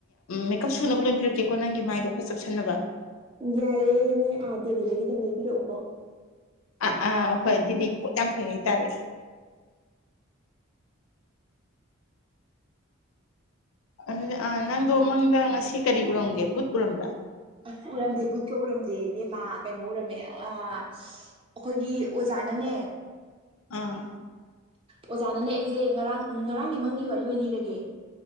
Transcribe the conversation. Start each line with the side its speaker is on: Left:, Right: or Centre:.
Left: ꯃꯦꯀꯞ ꯁꯨꯅꯕ ꯂꯣꯏ ꯄꯤꯔꯛꯀꯦꯀꯣ ꯅꯪꯒꯤ ꯃꯥꯏꯗꯣ ꯈꯔ ꯆꯞꯁꯤꯟꯅꯕ
Right: ꯌꯥꯏꯑꯦ ꯅꯣꯏ ꯑꯥ ꯗꯦꯜꯂꯤꯗꯒꯤ ꯑꯗꯨꯝ ꯂꯩꯕꯤꯔꯛꯎꯀꯣ
Left: ꯑꯥ ꯑꯥ ꯍꯣꯏ ꯑꯗꯨꯗꯤꯒꯤ ꯄꯣꯠ ꯌꯥꯝ ꯐꯩ ꯍꯥꯏꯇꯥꯔꯦ ꯑꯗꯨꯥ ꯅꯪꯗꯣ ꯃꯥꯡꯗ ꯉꯁꯤ ꯀꯔꯤ ꯎꯔꯝꯒꯦ ꯕꯨꯠ ꯎꯔꯝꯕ꯭ꯔꯥ
Right: ꯑꯁ ꯎꯔꯝꯗꯦ ꯕꯨꯠꯀ ꯎꯔꯝꯗꯦ ꯏꯕꯦꯝꯃꯥ ꯀꯩꯅꯣ ꯎꯔꯝꯃꯦ ꯑ ꯑꯩꯈꯣꯏꯒꯤ ꯑꯣꯖꯥ ꯃꯅꯦ
Left: ꯑꯥ
Right: ꯑꯣꯖꯥꯅꯅꯦ ꯑꯩꯁꯦ ꯉꯔꯥꯡ ꯉꯔꯥꯡꯒꯤ ꯃꯪꯒꯤ ꯋꯥꯔꯤ ꯑꯣꯏꯅ ꯂꯤꯔꯒꯦ